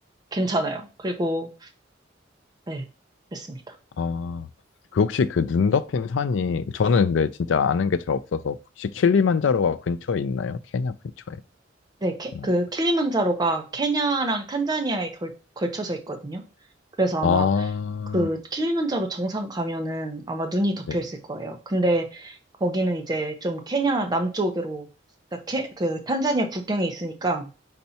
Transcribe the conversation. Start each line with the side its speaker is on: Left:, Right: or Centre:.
Right: 괜찮아요. 그리고 네, 그렇습니다.
Left: 아, 그 혹시 그 눈 덮인 산이, 저는 근데 진짜 아는 게 잘 없어서, 혹시 킬리만자로가 근처에 있나요? 케냐 근처에.
Right: 네, 케-
Left: 그건
Right: 그
Left: 아니-
Right: 킬리만자로가 케냐랑 탄자니아에 결, 걸쳐서 있거든요. 그래서 아마
Left: 아,
Right: 그 킬리만자로 정상 가면은 아마 눈이 덮여
Left: 네.
Right: 있을 거예요. 근데 거기는 이제 좀 케냐 남쪽으로 그러니까 케, 그 탄자니아 국경에 있으니까